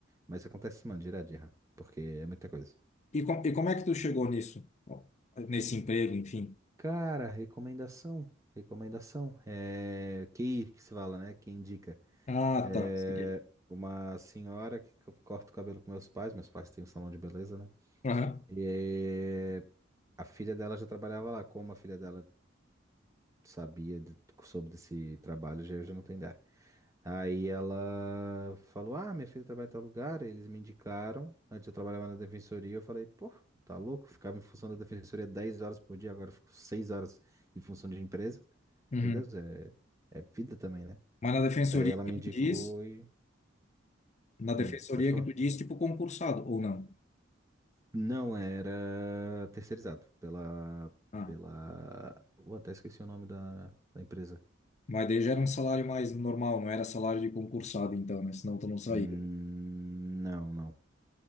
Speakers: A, on the right (about 15°); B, on the left (about 35°).
A: Mas acontece, mano, direto de errar. Porque é muita coisa.
B: E, com- e como é que tu chegou nisso? Nesse emprego, enfim.
A: Cara, recomendação. Recomendação. É. Que, que se fala, né? Que indica.
B: Ah,
A: É.
B: tá. Saquei.
A: Uma senhora que eu corto o cabelo com meus pais. Meus pais têm um salão de beleza, né?
B: Aham.
A: E eh, a filha dela já trabalhava lá. Como a filha dela sabia, de- soube desse trabalho, já, já não tem ideia. Aí ela falou: Ah, minha filha trabalha em tal lugar. Aí Eles me indicaram. Antes eu trabalhava na defensoria. Eu falei: Pô, tá louco? Ficava em função da defensoria 10 horas por dia. Agora eu fico 6 horas em função de empresa.
B: Uhum.
A: Meu Deus, é, é vida também, né?
B: Mas na defensoria
A: Daí ela
B: que
A: me
B: tu
A: indicou
B: diz,
A: e.
B: na
A: Hum,
B: defensoria
A: pode falar.
B: que tu diz, tipo concursado, ou não?
A: Não, era terceirizado pela,
B: Ah,
A: pela... Eu até esqueci o nome da, da empresa.
B: mas daí já era um salário mais normal, não era salário de concursado, então, né? Senão tu não saía.
A: Hum, Não, não.